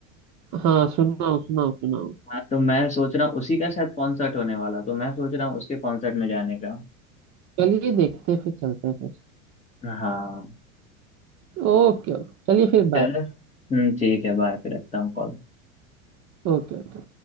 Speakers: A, on the right; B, on the left.
A: हाँ सुनाओ सुनाओ सुनाओ
B: हाँ तो मैं सोच रहा हूँ उसी का शायद कॉन्सर्ट होने वाला तो मैं सोच रहा हूँ उसके कॉन्सर्ट में जाने का
A: चलिए देखते हैं फिर चलते हैं फिर
B: हाँ
A: ओके ओके चलिए फिर
B: चलो
A: बाय
B: हम्म ठीक है बाय फिर रखता हूँ कॉल
A: ओके